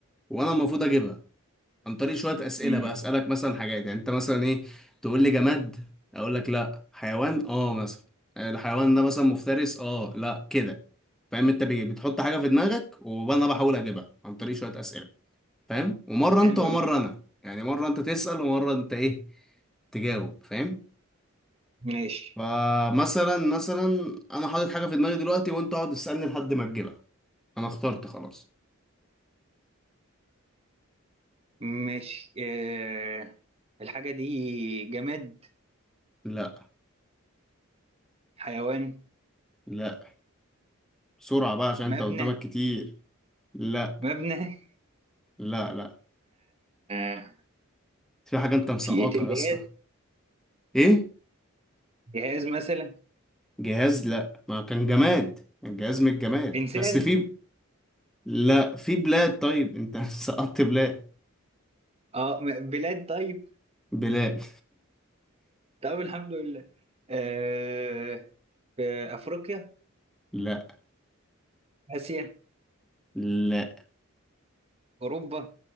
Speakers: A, in the centre; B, on the right.
A: وانا المفروض اجيبها عن طريق شويه اسئله
B: امم
A: بقى اسالك مثلا حاجات يعني انت مثلا ايه تقول لي جماد اقول لك لا حيوان اه مثلا آه، الحيوان ده مثلا مفترس اه لا كده فاهم انت بي- بتحط حاجه في دماغك وانا بحاول اجيبها عن طريق شويه اسئله فاهم ومره
B: حلوة
A: انت ومره
B: دي
A: انا يعني مره انت تسال ومره انت ايه تجاوب فاهم
B: ماشي
A: فمثلا مثلا انا حاطط حاجه في دماغي دلوقتي وانت اقعد تسالني لحد ما تجيبها انا اخترت خلاص
B: ماشي آه... الحاجة دي جماد
A: لا
B: حيوان
A: لا بسرعه بقى عشان
B: مبنى
A: انت قدامك كتير لا
B: مبنى
A: لا لا
B: آه...
A: في حاجه انت مسقطها
B: في إيه ت- جهاز
A: يا اسطى ايه
B: جهاز مثلا
A: جهاز لا ما كان جماد الجهاز من الجماد
B: انسان
A: بس في لا في بلاد طيب انت <laughs> سقطت بلاد
B: اه م- بلاد طيب
A: بلاد
B: طب الحمد لله آه... في افريقيا
A: <laughs> لا
B: اسيا
A: لا
B: اوروبا